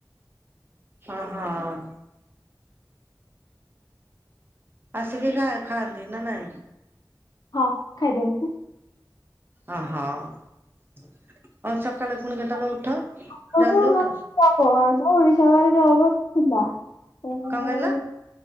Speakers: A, on the right; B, on the left.
A: ହଁ ହଁ। ଆସିକି ଖା ଖାଆନ୍ତି ନା ନାଇଁ?
B: ହଁ ଖାଇଦିଅନ୍ତି।
A: ଓହୋ ଆଉ ସକାଳେ ପୁଣି କେତେବଳେ ଉଠ?
B: <unintelligible>
A: ଜଲଦି ଉଠ
B: ଓଡିଶା ବାହାରେ ଜବ ଥିଲା। <unintelligible>
A: କଣ କହିଲ?